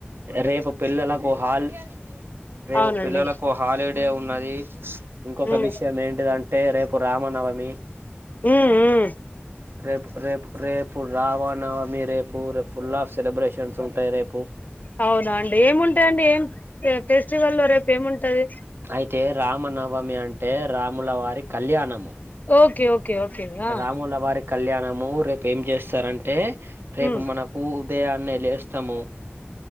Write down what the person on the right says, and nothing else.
రేపు పిల్లలకు హల్ రేపు
పిల్లలకు హాలిడే ఉన్నది ఇంకొక
విషయం ఏంటిదంటే రేపు రామనవమి
రేపు రేపు రేపు రావనవమి రేపు రేపు ఫుల్ ఆఫ్ సెలబ్రేషన్స్ ఉంటాయి రేపు
అయితే రామనవమి అం టే రాములవారి కళ్యాణము,
రాములవారి కళ్యాణము రేపు ఏం చేస్తారంటే, రేపు
మనకు ఉదయాన్నే లేస్ తము.